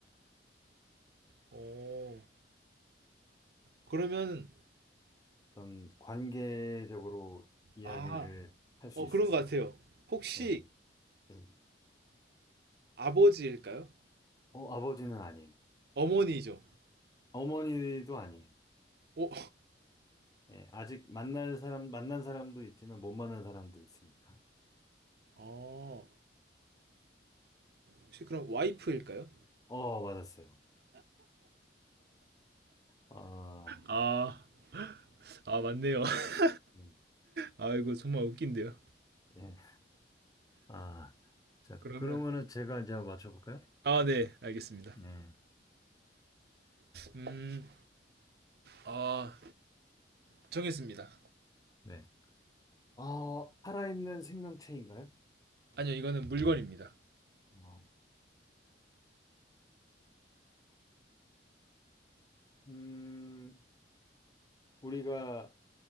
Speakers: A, on the right (about 55°); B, on the left (about 20°).
A: 어, 그러면,
B: 어떤 관계적으로 이야기를
A: 아,
B: 할 수
A: 어,
B: 있어요.
A: 그런 것 같아요. 혹시
B: 예. 예.
A: 아버지일까요?
B: 어, 아버지는 아니에요.
A: 어머니죠?
B: 어머니도 아니에요.
A: 어,
B: 예, 아직 만날 사람, 만난 사람도 있지만 못 만난 사람도 있으니까.
A: 아, 혹시 그럼 와이프일까요?
B: 어, 맞았어요. 아,
A: 아, 아, 맞네요. <laughs>
B: 음.
A: 아, 이거 정말 웃긴데요.
B: 예. 아, 자,
A: 그러면
B: 그러면은 제가 이제 한번 맞춰볼까요?
A: 아, 네, 알겠습니다.
B: 네.
A: 음, 아, 정했습니다.
B: 네. 아, 살아있는 생명체인가요?
A: 아니요, 이거는 물건입니다.
B: 어. 음, 우리가